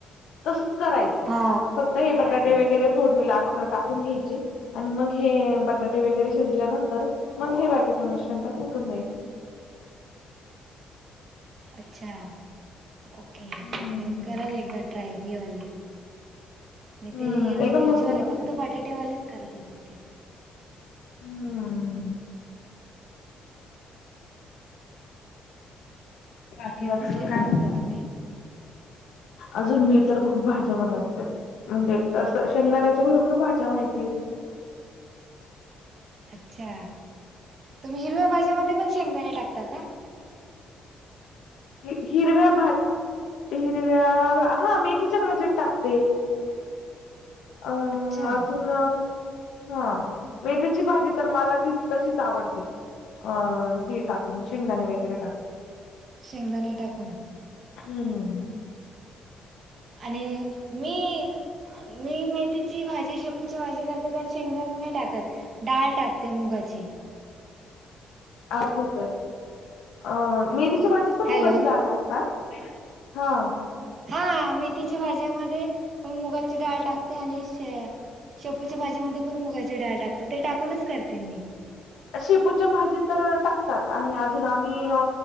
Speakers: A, on the left; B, on the right.
A: तसच करायचं.
B: हा.
A: फक्त हे बटाटे वगैरे फोडणीला अगोदर टाकून घ्यायची आणि मग हे बटाटे वगैरे शिजल्यानंतर मग हे बाकीचं मिश्रण त्यात उतून द्यायच.
B: अच्छा! ओके म
A: हम्म
B: करल एकदा ट्राय. हे वाली, मी
A: हम्म
B: ते हिरवे
A: एकदम
B: मिरचीवाली
A: मस्त लागत
B: फक्त बटाट्यावालीच करत असते.
A: हम्म. बाकी अजून
B: कुठली
A: काय
B: बनवता
A: म्हणता.
B: तुम्ही?
A: अजून मी तर खूप भाज्या बनवते म्हणजे अस शेंगदाण्याच्या भरपूर भाज्या माहिती आहेत.
B: अच्छा! तुम्ही हिरव्या भाज्यामध्ये पण शेंगदाणे टाकता का?
A: ह हिरव्या भा हिरव्या, हा मेथीच्या भाज्या टाकते. अं,
B: अच्छा
A: अजून हा मेथीची भाजी तर मला ती तशीच आवडते. अ हे टाकून, शेंगदाणे वगैरे टाकून.
B: शेंगदाणे टाकून.
A: हम्म.
B: आणि, मी मी मेथीची भाजी, शेपूची भाजी, करते त्यात शेंगदाणे नाही टाकत. डाळ टाकते मुगाची.
A: आ होतोय अ मेदीीच्या बाजीत पण मुगाची
B: हॅलो.
A: दाट असता <unintelligible> हा.
B: हा, मेथीच्या भाजीमध्ये पण मुगाची डाळ टाकते आणि शेपूच्या भाजी मध्ये पण मुगाची डाळ टाकते, ते टाकूनच करते मी.
A: शेपूच्या भाजी तर टाकतात आणि अजून आम्ही अ